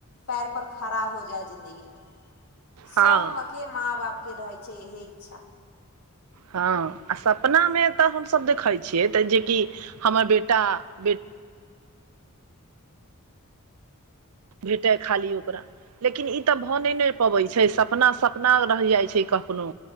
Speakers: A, on the left; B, on the right.
A: पैर पर खड़ा हो जाए जिन्दगीमे सभके
B: हँ
A: माँ बापके रहैत छै इहे इच्छा
B: हँ आ सपना मे तऽ हमसभ देखै छियै तऽ जेकि हमर बेटा बेटी भेटय अइ खाली ओकर लेकिन ई तऽ भऽ नहि नहि पबैत छै सपना सपना रह जाइत छै कखनो